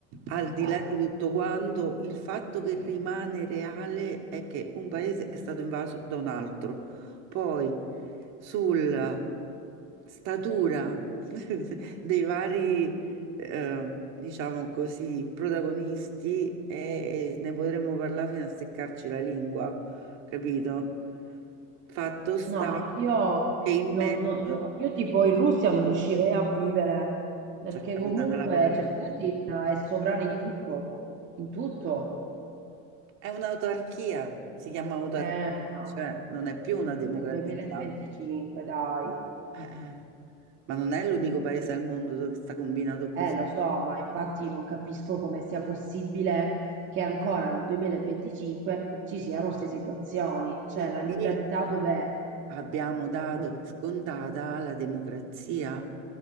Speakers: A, on the right; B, on the right.
A: Al
B: Cioè,
A: di là di tutto quanto, il fatto che rimane reale è che un paese è stato invaso da un altro. Poi sulla statura <laughs> dei vari, eh, diciamo così, protagonisti, eh, ne potremmo parlare fino a seccarci la lingua, capito? Fatto sta
B: no, ma io,
A: che in
B: non-
A: mezzo
B: no, io, io tipo in Russia non riuscirei a vivere, perché
A: ci è capitata
B: comunque
A: la povera
B: cioè, Putin
A: gente.
B: è sovrano in tutto, in tutto.
A: È un'autarchia, si chiama autarchia,
B: Eh no,
A: cioè non è più una democrazia.
B: nel 2025, dai.
A: Eh, eh. ma non è l'unico paese al mondo dove sta combinato così.
B: Eh, lo so, ma infatti non capisco come sia possibile che ancora nel 2025 ci siano queste situazioni. Cioè,
A: Perché
B: la libertà dov'è?
A: abbiamo dato
B: Mm,
A: per scontata la democrazia,